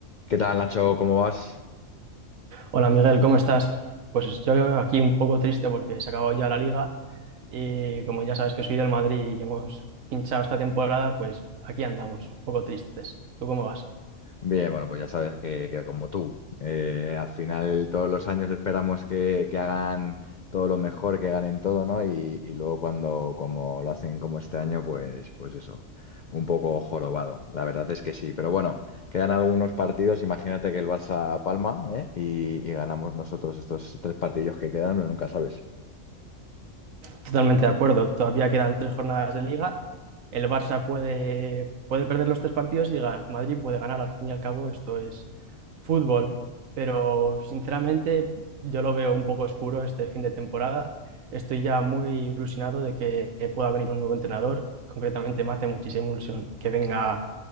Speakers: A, on the left; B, on the right.
A: ¿Qué tal, Nacho? ¿Cómo vas?
B: Hola Miguel, ¿cómo estás? Pues yo aquí un poco triste porque se ha acabado ya la liga y como ya sabes que soy del Madrid y hemos pinchado esta temporada, pues aquí andamos, un poco tristes. ¿Tú cómo vas?
A: Bien, bueno, pues ya sabes que, que como tú, eh, al final todos los años esperamos que, que hagan todo lo mejor, que ganen todo, ¿no? Y, y luego cuando como lo hacen como este año, pues, pues eso, un poco jorobado. La verdad es que sí. Pero bueno, quedan algunos partidos. Imagínate que el Barça palma, ¿eh? Y, y ganamos nosotros estos tres partidos que quedan, pero nunca sabes.
B: Totalmente de acuerdo, todavía quedan tres jornadas de liga el Barça puede, puede perder los tres partidos y ga- Madrid puede ganar. Al fin y al cabo, esto es fútbol. Pero sinceramente, yo lo veo un poco oscuro este fin de temporada. Estoy ya muy ilusionado de que pueda venir un nuevo entrenador. Concretamente, me hace muchísima ilusión que venga